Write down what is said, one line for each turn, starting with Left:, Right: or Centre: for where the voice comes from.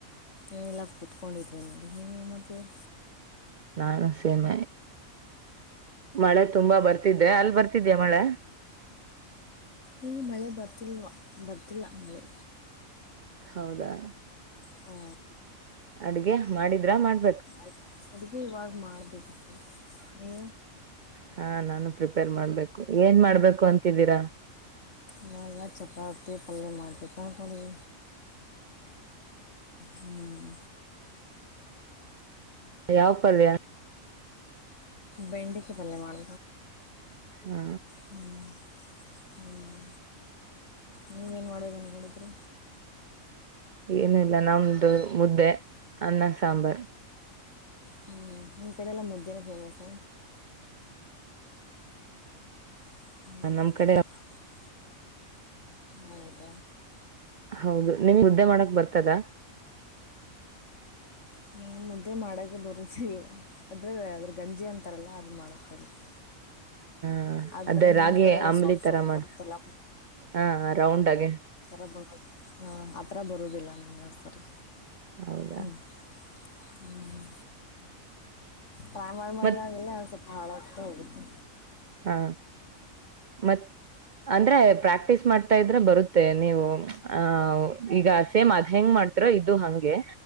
Left: ಏನಿಲ್ಲ ಕೂತ್ಕೊಂಡಿದ್ವಿ ನೋಡಿ ನೀವೇನು ಮಾಡತರ
Right: ನಾನು ಸೇಮ ಮಳೆ ತುಂಬಾ ಬರ್ತ ರ್ತೆ ಅಲ್ಲಿ ಬರ್ತಿದ್ದ್ಯಾ ಮಳೆ
Left: ಇಲ್ಲಿ ಮಳೆ ಬರ್ತಿಲ್ವಾ ಬರ್ತಿಲ್ಲ ಮಳೆ
Right: ಹೌದಾ
Left: ಹ್ಮ
Right: ಅಡ್ಗೆ ಮಾಡಿದ್ರ ಮಾಡ್
Left: ಅ ಅಡ್ಗೆ ಇವಾಗ್ ಮಾಡ್ಬೇಕಿತ್ತು ಈ
Right: ಹಾ ನಾನು ಪ್ರಿಪೇರ್ ಮಾಡ್ಬೇಕು ಏನ್ ಮಾಡ್ಬೇಕು ಅಂತಿದ್ದೀರಾ
Left: ಮಲ್ಲ ಚಪಾತಿ ಪಲ್ಯೆ ಮಾಡ್ತ ತ ಅಂದಕೊಂಡವಿ ಹ್ಮ್
Right: ಯಾವ ಪಲ್ಯ
Left: ಬೆಂಡಿಕೆ ಪಲ್ಯ ಮಾಡ
Right: ಹಾ
Left: ಹ್ಮ್ ಹ್ಮ್ ನೀವೇನ್ ಮಾಡ್ಬೇಕ ಅನ್ಕೊಂಡಿದ್ದ ತರ
Right: ಏನುೂ ಇಲ್ಲ ನಮ್ದು ಮುದ್ದೆ ಅನ್ನ ಸಾಂಬಾರ್
Left: ಹ್ಮ್ ಇ ಕಡೆ ಎಲ್ಲ ಮುದ್ದೇನ ೇಮಸ ಹ್ಮ್
Right: ನಮ್ ಕಡೆ
Left: ಹೌದ
Right: ಹೌದು ನಿಮ ಹುದ್ದೆ ಮಾಡಕ್ ಬರ್ತದ
Left: ಹ ಮುದ್ದೆ ಮಾಡಕ ಬರುದಲ್ ಅರೆ ಅದ್ರ ಗಂಜಿ ಅಂತಾರಲ್ಲ ಅದದು ಮಾಡೋಕ್ಕೆ ಬರುತ್ತೆ
Right: ಹ
Left: ಆದರೆ
Right: ಅದೇ
Left: ನಿಮ್ಮ
Right: ರಾಗಿ
Left: ಕಡೆ
Right: ಅಂಬಲಿ
Left: ಸಾಫ್ಟ್
Right: ತರ
Left: ಸಾಫ್ಟ್
Right: ಮಾಡ
Left: ಬರುತ್ತಲ್ಲ
Right: ಹ ರೌಂಡ ಆಗ
Left: ಹ ಆತ್ರ ಬರುದಿಲ್ಲ ನಿಮ್ಗೆಸರಿ
Right: ಹೌದಾ
Left: ಹ್ಮ್ ಹ್ಮ್ ಟ್ರೈ ಮಾಡೋದಾಗಿಲ್ಲ
Right: ಮತ್
Left: ಸ್ವಲ್ಪ ಹಾಳಾಗ್ತಾ ಹೋಗುತ್ತೆ
Right: ಹಾ ಮ ಅಂದ್ರೆ ಪ್ರಾಕ್ಟೀಸ್ ಮಾಡ್ತಾ ಇದ್ರೆ ಬರುತ್ತೆ ನೀವು ಆ ಈಗ ಸೇಮ ಅದ್ ಹೆಂಗ್ ಮಾಡ್ತ ಇದು ಹಂಗೆ